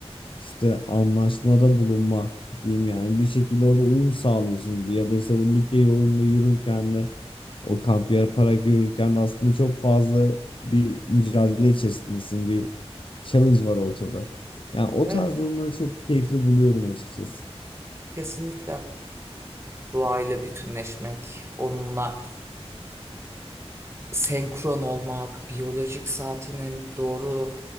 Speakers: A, on the left; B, on the right.
A: işte anlaşmada bulunma diyeyim yani bir şekilde orada uyum sağlıyorsun gibi ya da işte bu Likya yolunda yürürken de o kamp yaparak yürürken de aslında çok fazla bir mücadele içerisindesin bir challenge var ortada. Yani o
B: Evet,
A: tarz durumları çok keyifli buluyorum açıkçası.
B: kesinlikle. Doğayla bütünleşmek, onunla. senkron olmak, biyolojik saatinin doğru